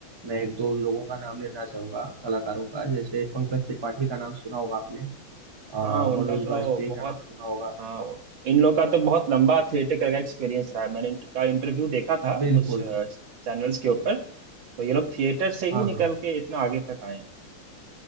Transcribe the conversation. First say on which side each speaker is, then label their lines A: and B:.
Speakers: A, on the right (about 20°); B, on the right (about 75°).
A: मैं एक दो लोगों का नाम लेना चाहूंगा कलाकारों का जैसे पंकज त्रिपाठी का नाम सुना होगा आपने अह,
B: हाँ उनका
A: मनोज
B: तो
A: बाजपेयी
B: बहुत
A: का नाम सुना होगा
B: हाँ इन लोग का तो बहुत लंबा थिएटर का एक्सपीरियंस रहा है मैंने इनका इंटरव्यू देखा था
A: बिल्कुल
B: कुछ चैनल्स के ऊपर तो ये लोग थिएटर से ही
A: हाँ
B: निकल
A: हाँ
B: के इतना आगे तक आए हैं